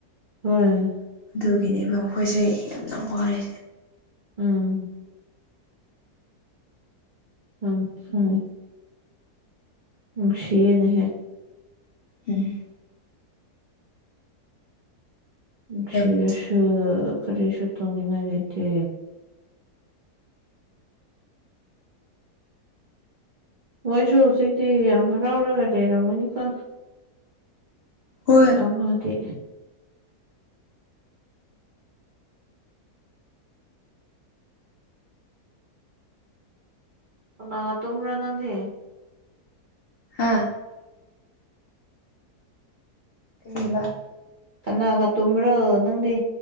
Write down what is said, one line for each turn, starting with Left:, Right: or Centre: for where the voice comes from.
Right: ꯍꯣꯏ
Left: ꯑꯗꯨꯒꯤꯅꯦꯕ ꯃꯈꯣꯏꯁꯦ ꯌꯥꯝꯅ ꯋꯥꯔꯦ
Right: ꯎꯝ ꯎꯝ ꯍꯥꯏ ꯅꯨꯡꯁꯤꯌꯦꯅꯦꯍꯦ
Left: ꯎꯝ
Right: ꯅꯨꯡꯁꯤꯔꯁꯨ
Left: ꯌꯥꯝꯅ ꯊꯤꯅ
Right: ꯀꯔꯤꯁꯨ ꯇꯣꯅꯤꯡꯉꯥꯏ ꯂꯩꯇꯦ ꯃꯣꯏꯁꯨ ꯍꯧꯖꯤꯇꯤ ꯌꯥꯝ ꯍꯔꯥꯎꯔꯒ ꯂꯩꯔꯝꯃꯅꯤꯀꯣ
Left: ꯍꯣꯏ
Right: ꯑꯃꯗꯤ ꯀꯅꯥꯒ ꯇꯨꯝꯕ꯭ꯔꯥ ꯅꯪꯗꯤ
Left: ꯍꯥꯥ ꯀꯩꯌꯕ
Right: ꯀꯅꯥꯒ ꯇꯨꯝꯕ꯭ꯔꯣ ꯅꯪꯗꯤ